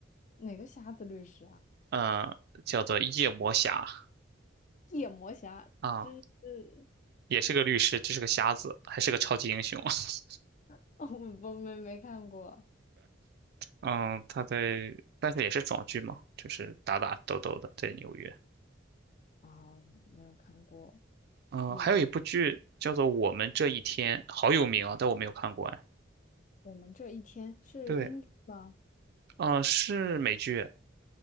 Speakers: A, on the left (about 40°); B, on the right (about 55°).
A: 哪个瞎子律师啊？
B: 嗯，叫做夜魔侠
A: 夜魔侠，
B: 啊，
A: 这是
B: 也是个律师，这是个瞎子，还是个超级英雄。<laughs>
A: <laughs> 我我没没看过
B: 嗯，他在，但是也是爽剧嘛，就是打打斗斗的，在纽约。
A: 啊，没有看过
B: 嗯，
A: 夜魔侠。
B: 还有一部剧叫做《我们这一天》，好有名啊，但我没有看过哎。
A: 我们这一天是英剧吗？
B: 对，嗯，是美剧，